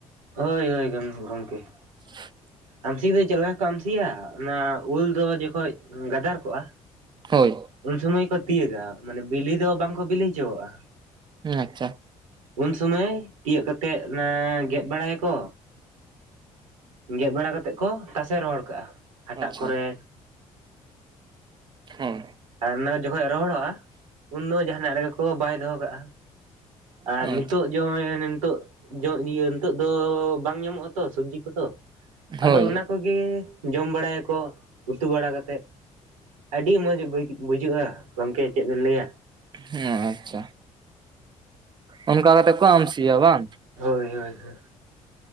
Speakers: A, on the right; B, on the right.
A: ᱦᱳᱭ ᱦᱳᱭ ᱜᱚᱢ ᱜᱚᱢᱠᱮᱼᱼ
B: <inaudible>
A: ᱟᱢᱥᱤ ᱫᱚ ᱪᱮᱫ ᱞᱮᱠᱟ ᱠᱚ ᱟᱢᱥᱤᱭᱟ ᱚᱱᱟ ᱩᱞ ᱫᱚ ᱡᱚᱠᱷᱚᱱ ᱜᱟᱫᱟᱨ ᱠᱚᱜᱼᱟ᱾
B: ᱦᱳᱭ
A: ᱩᱱ ᱥᱚᱢᱚᱭ ᱠᱚ ᱛᱤᱭᱟᱹᱜᱟ ᱢᱟᱱᱮ ᱵᱤᱞᱤ ᱫᱚ ᱵᱟᱝᱠᱚ ᱵᱤᱞᱤ ᱚᱪᱚᱣᱟᱜᱼᱟ᱾
B: ᱦᱮᱸ ᱟᱪᱪᱷᱟ
A: ᱩᱱ ᱥᱚᱢᱟᱹᱭ ᱛᱤᱭᱚᱜ ᱠᱟᱛᱮᱫ ᱚᱱᱟ ᱜᱮᱫ ᱵᱟᱲᱟᱭᱟᱠᱚᱼᱼ ᱜᱮᱫ ᱵᱟᱲᱟ ᱠᱟᱛᱮᱫ ᱠᱚ ᱛᱟᱥᱮ ᱨᱚᱦᱚᱲ ᱠᱟᱜᱼᱟ ᱦᱟᱴᱟᱜ
B: ᱟᱪᱪᱷᱟ
A: ᱠᱚᱨᱮᱼᱼ
B: ᱦᱮᱸ
A: ᱟᱨ ᱚᱱᱟ ᱡᱚᱠᱷᱚᱡ ᱨᱚᱦᱚᱲᱚᱜᱼᱟ᱾ ᱩᱱ ᱫᱚ ᱡᱟᱦᱟᱸᱱᱟᱜ ᱨᱮᱜᱮ ᱠᱚ ᱵᱟᱭ ᱫᱚᱦᱚ ᱠᱟᱜᱼᱟ ᱟᱨ
B: ᱟᱪᱪᱷᱟ
A: ᱱᱤᱛᱚᱜ᱾ ᱡᱚ ᱱᱤᱛᱚᱜ ᱡᱚ ᱤᱭᱟᱹ ᱱᱤᱛᱚᱜ ᱫᱚ ᱵᱟᱝ ᱧᱟᱢᱚᱜᱼᱟ ᱛᱚ ᱥᱟᱹᱵᱽᱡᱤ ᱠᱚᱫᱚ,
B: ᱦᱳᱭ
A: ᱟᱫᱚ ᱚᱱᱟᱼᱼ ᱠᱚᱜᱮ ᱡᱚᱢ ᱵᱟᱲᱟᱭᱟᱠᱚ ᱩᱛᱩ ᱵᱟᱲᱟ ᱠᱟᱛᱮ ᱟᱹᱰᱤ ᱢᱚᱡᱽ ᱵᱟᱹᱭ ᱵᱩᱡᱷᱟᱹᱜᱼᱟ ᱜᱚᱢᱠᱮ ᱪᱮᱫ ᱵᱮᱱ ᱞᱟᱹᱭᱟ᱾
B: ᱦᱮᱸ ᱟᱪᱪᱷᱟ ᱚᱱᱠᱟ ᱠᱟᱛᱮᱫ ᱠᱚ ᱟᱢ ᱥᱤᱭᱟ ᱵᱟᱝ?
A: ᱦᱳᱭ ᱦᱳᱭ ᱦᱳᱭ